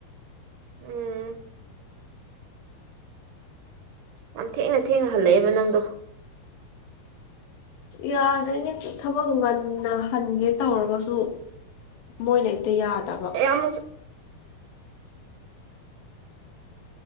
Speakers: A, on the right; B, on the left.
A: ꯎꯝ ꯌꯥꯝ ꯊꯦꯡꯅ ꯊꯦꯡꯅ ꯍꯜꯂꯛꯑꯦꯕ ꯅꯪꯗꯣ
B: ꯌꯥꯗ꯭ꯔꯣꯏꯅꯦ ꯊꯕꯛ ꯉꯟꯅ ꯍꯟꯒꯦ ꯇꯧꯔꯒꯁꯨ ꯃꯣꯏꯅ ꯑꯝꯇ ꯌꯥꯗꯕ
A: ꯌꯥꯝ
B: ꯎ